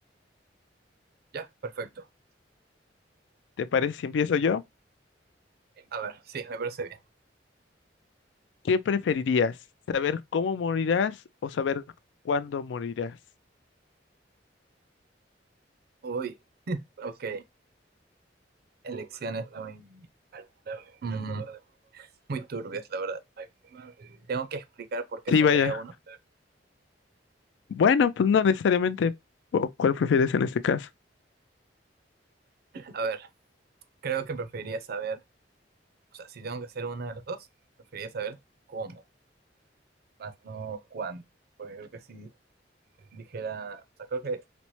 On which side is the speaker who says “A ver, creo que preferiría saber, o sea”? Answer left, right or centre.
Right